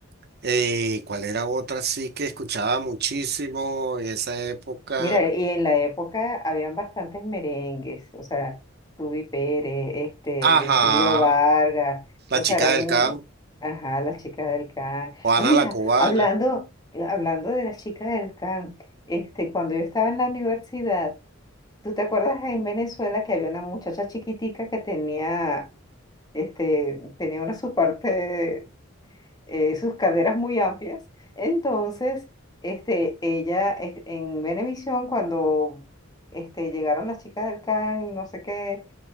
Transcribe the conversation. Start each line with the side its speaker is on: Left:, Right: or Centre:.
Right: eh, ¿cuál era otra sí que escuchaba muchísimo en esa época?
Left: Mira, y en la época habían bastantes merengues, o sea, Ruby Pérez, este,
Right: Ajá,
Left: Wilfrido Vargas,
Right: La
Left: o
Right: Chica
Left: sea, eran,
Right: del Can,
Left: ajá, las chicas del can.
Right: Juana
Left: Ah, mira,
Right: la Cubana.
Left: hablando, eh, hablando de las chicas del can, este, cuando yo estaba en la universidad, ¿Tú te acuerdas en Venezuela que había una muchacha chiquitica que tenía, este, tenía una su parte, eh, sus caderas muy amplias? Entonces, este, ella es- en Venevisión, cuando este, llegaron las chicas del CAN, no sé qué,